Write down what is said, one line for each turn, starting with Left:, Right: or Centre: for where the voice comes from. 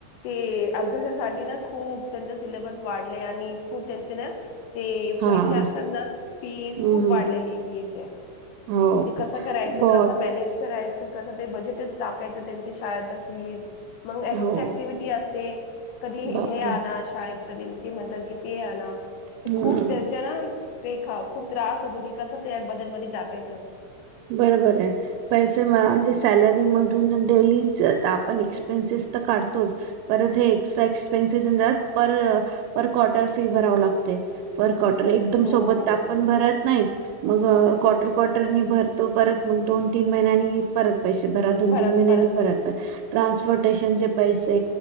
Left: ते अभ्यासासाठी ना खूप त्यांचा सिलेबस वाढ आणि खूप त्यांच्या ना. ते
Right: हा
Left: पैसे असतात ना फी
Right: हम्म
Left: खूप वाढलेली फीस.
Right: हो
Left: ते कसं करायचं
Right: बहुत
Left: कस मॅनेज करायचं कसं ते बजेटच टाकायचं त्यांची शाळेच फीज. मग एस्ट्र
Right: हो
Left: क्टिव्हटी असते कधी
Right: बापरे
Left: हे आण शाळेत. कधी ते म्हणतात कि ते आण ना
Right: हम्म
Left: खूप त्याच्या ना ते खूप त्रास होतो की कसं ते बजेटमध्येध्ये टाकायचं.
Right: बरोबर आहे पैसे म्हणजे सॅलरी मधून डेली आपण एक्सपेन्सिस तर काढतोच परत हे एक्स्ट्रा एक्सपेन्सिसात पर पर क्वार्टर फी भराव लागते पर क
Left: हो
Right: सोबत
Left: हो.
Right: आपण भरत नाही ते काँटल काँटर ने तो परत मग दोन तीन महिन्यांनी परत पैसे भरा दोन
Left: परत
Right: तीन महिन्यांनी परत
Left: पैसे भरा
Right: ट्रान्सपोर्टेशन चे पैसे